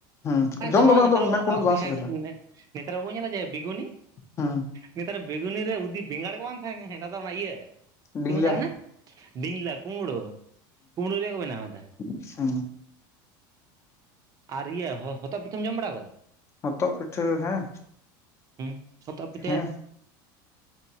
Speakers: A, on the left (about 25°); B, on the right (about 30°).
A: ᱦᱩᱸ
B: ᱟᱨ ᱱᱮᱛᱟᱨ
A: ᱡᱚᱢ
B: ᱢᱟ
A: ᱫᱚ ᱩᱱᱟᱹᱜ
B: ᱱᱮᱛᱟᱨ
A: ᱫᱚ
B: <unintelligible>
A: ᱢᱮᱱ ᱩᱱᱟᱹᱜ ᱫᱚ ᱵᱟᱝ ᱥᱤᱵᱤᱞᱟ
B: ᱱᱮᱛᱟᱨ ᱵᱟᱵᱚᱱ ᱧᱮᱞᱟ ᱡᱮ ᱵᱤᱜᱩᱱᱤ
A: ᱦᱩᱸ
B: ᱱᱮᱛᱟᱨ ᱵᱮᱜᱩᱱᱤ ᱨᱮ ᱩᱫᱤ ᱵᱮᱸᱜᱟᱲ ᱜᱮ ᱵᱟᱝ ᱛᱟᱦᱮᱸᱱ ᱠᱟᱱᱟ ᱦᱮᱸ ᱱᱮᱛᱟᱨ ᱫᱚ ᱚᱱᱟ ᱤᱭᱟᱹ
A: ᱰᱤᱝᱞᱟ
B: ᱪᱮᱫ ᱠᱚ ᱢᱮᱛᱟᱜ ᱠᱟᱱᱟ ᱵᱤᱝᱞᱟ ᱠᱩᱢᱵᱽᱲᱳ ᱠᱩᱢᱵᱽᱲᱳ ᱨᱮᱭᱟᱜ ᱠᱚ ᱵᱮᱱᱟᱣᱫᱟ।
A: ᱟᱪᱪᱷᱟ
B: ᱟᱨ ᱤᱭᱟᱹ ᱦᱚ ᱦᱚᱛᱚᱫ ᱯᱤᱴᱷᱟᱹᱢ ᱡᱚᱢ ᱵᱟᱲᱟᱣ ᱠᱟᱫᱟ
A: ᱦᱚᱛᱚᱫ ᱯᱤᱴᱷᱟᱹ ᱦᱮᱸ
B: ᱦᱩᱸ ᱦᱟᱛᱚᱫ ᱯᱤᱴᱷᱟᱹ
A: ᱦᱮᱸ